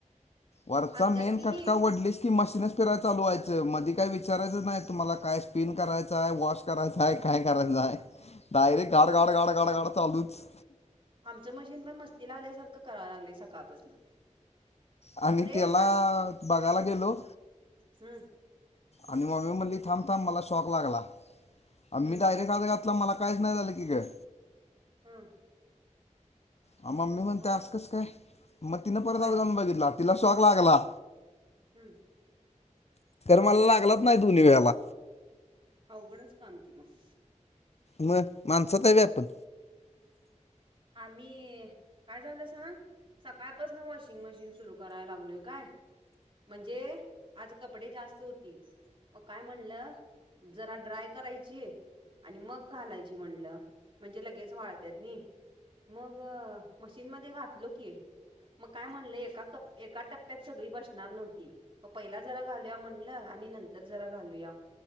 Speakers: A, on the left; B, on the right.
A: वरचां
B: आमच्यात
A: मेन
B: की नाही
A: खटकां वढलीस की मशीनस फिरांय चालूं वायुंचा मधी कायं विचारायचं नाहीं तुम्हांला कायं स्पिन करायचं आहे वॉश करायचां आहे कायं करायचं आहे डायरेक्ट गंड गंड गांड गंड गांड चालूंच
B: आमचं मशीन पणं मस्तीला आल्यासारखं करायंला लागले सकाळपासून
A: आणि
B: अरे
A: त्यांला बघांयला गेलो
B: हम्मं
A: आणि मम्मी मधली थांब थांब मलां शॉक लागंला आणि
B: हम्म
A: मी डायरेक्ट हात घातलां मलां काहींचं नाहीं झालं की गं
B: हम्म
A: आं मम्मी म्हणते
B: मग
A: आंस कसं कायं मंग तिनं परंत
B: होय
A: हात घालूंन बघितला तिला शॉक लागंला
B: हम्मं
A: मलां लागतं नाहीं दोन्ही वेळालां
B: अवघडचं कामं कि मंग
A: मंग माणसांत आहे व्हयं आपणं
B: आम्हीं कायं झालं सांग सकाळंपासून वॉशिंग मशीन सुरूं करांयला लागलोय कायं म्हणजे आंज कपडे जास्तं होती मंग कायं म्हणलं जरां ड्राय करायची आणि मंग घालायची म्हणलं म्हणजे लगेच वाळत्याति नाहीं मंग मशीन मध्यें घातलो की. मंग कायं म्हणलं, एका एका टप्प्यांत सगळी बसणारं नव्हती. मं पहिला जरां घालूंया म्हणलं आणि नंतर जरां घालूंया.